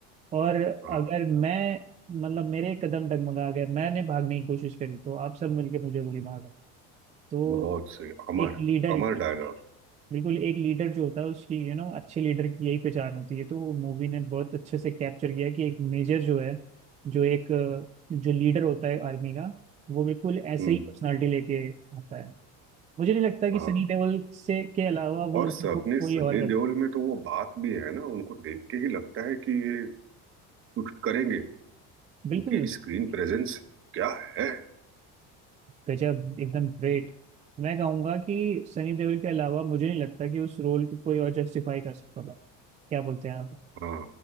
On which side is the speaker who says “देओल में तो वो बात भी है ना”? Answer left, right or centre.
Right